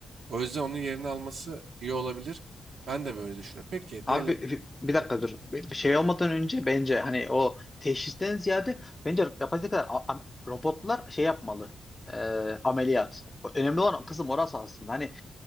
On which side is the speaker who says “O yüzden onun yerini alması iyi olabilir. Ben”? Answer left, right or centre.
Right